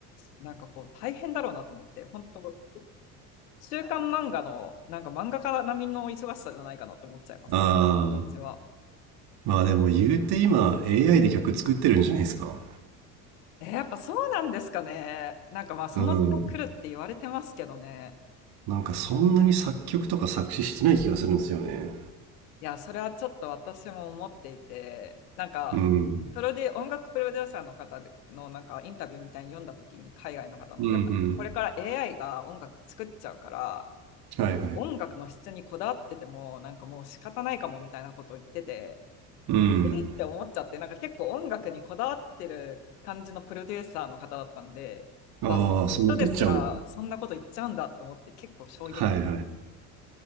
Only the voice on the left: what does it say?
なんかこう大変だろうなと思って、本当、週刊漫画の、なんか漫画家並みの忙しさじゃないかなって思っちゃいます、
あの感じは。
えーやっぱそうなんですかね。なんかまあその時代来るって言われてますけどね。
いや、それはちょっと私も思っていて、なんか、
プロデュ、音楽プロデューサーの方でのなんかインタビューみたいに読んだ時に海外の方の、
やっぱこれから AI が音楽作っちゃうから、
なんか音楽の質にこだわってても、なんかもう仕方ないかもみたいなことを言ってて、
えーって思っちゃって、なんか結構音楽にこだわってる感じのプロデューサーの方だったんで、うわ、
その人ですらそんなこと言っちゃうんだと思って結構衝撃。